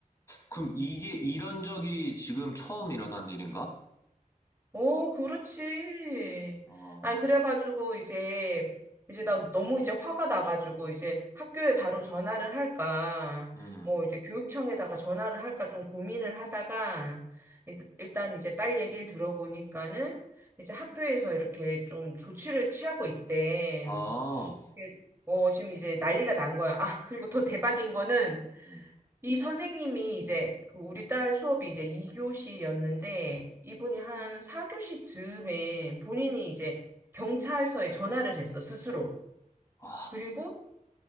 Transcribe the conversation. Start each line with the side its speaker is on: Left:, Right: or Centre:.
Left: 그럼 이게 이런 적이 지금 처음 일어난 일인가?
Right: 오, 그렇지.
Left: 아,
Right: 아니, 그래가지고, 이제, 이제 나 너무 이제 화가 나가지고, 이제 학교에 바로 전화를 할까,
Left: 음, 음.
Right: 뭐, 이제 교육청에다가 전화를 할까 좀 고민을 하다가, 이제- 일단 이제 딸 얘기를 들어보니까는, 이제 학교에서 이렇게 좀 조치를 취하고 있대.
Left: 아,
Right: 예. 어, 지금 이제 난리가 난 거야. 아, 그리고 더 대박인 거는,
Left: 음.
Right: 이 선생님이 이제 그 우리 딸 수업이 이제 2교시였는데 이분이 한 4교시 즈음에 본인이 이제 경찰서에 전화를 했어, 스스로.
Left: 아,
Right: 그리고